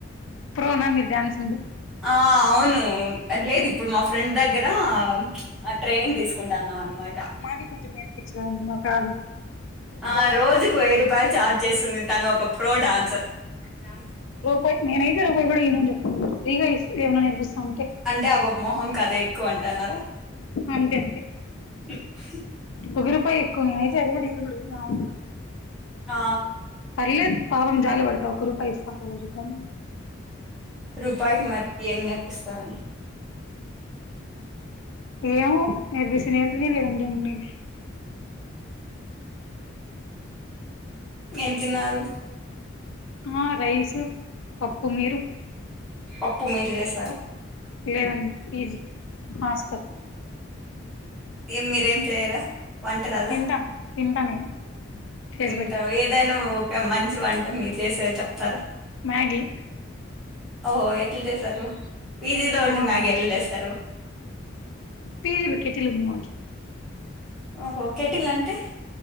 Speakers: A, on the left; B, in the centre.
A: ప్రోనా మీరు డ్యాన్సింగ్‌లో
B: ఆ అవును లేదు ఇప్పుడు మా ఫ్రెండ్ దగ్గర ఆ ట్రైనింగ్ తీసు కుంటన్నాం అనమాట
A: మాకే కొంచెం నేర్పించలేదండి మాకు రాదు
B: ఆ రోజుకు వెయ్యి రూపాయలు చార్జ్ చేస్తుంది తను ఒక ప్రో డాన్సర్ డ్యాన్స్
A: రూపాయి నేనైతే రూపాయి కూడా ఇయను చెప్తాను ఫ్రీగా ఇస్తే ఏమన్నా నేర్పిస్తా అంటే
B: అంటే అ పాప మొహంకి అదే ఎక్కువ అంటన్నారా
A: అంతే అంతే
B: మ్మ్
A: ఒకరూపాయి ఎక్కువ నేనైతే అది కూడా ఇవ్వకుడాదు మామూలుగా
B: ఆ
A: పర్లేదు పాపం జాలిపడతా ఒక రూపాయి ఇస్తా ఒకరోజు గాని
B: రూపాయికిి మరి ఏం నేర్పిస్తారండి
A: ఏమో నేర్పిస్తే నేర్పిని లేదంటే ఉన్నిలే
B: ఆ ఏం తిన్నారు
A: ఆ రైసూ పప్పు మీరు
B: అప్పు మీరే చేశారా
A: లేదండి పీజీ హాస్టల్
B: ఏ మీరేం చెయారా వంటరాదా
A: తింటా తింటా నేను చేసి
B: తింటావు
A: పెడితే
B: ఏదైనా ఒక మంచి వంట మీరు చేసేది చెప్తారా
A: మ్యాగి
B: ఓహో ఎట్ల చేశారు పీజీలో ఉండే
A: ఆ
B: మ్యాగీ ఎట్ల చేస్తారు
A: పీజీలో కేట్టిల్ ఉంది మాకి
B: ఓహో కేెటిల్ అంటే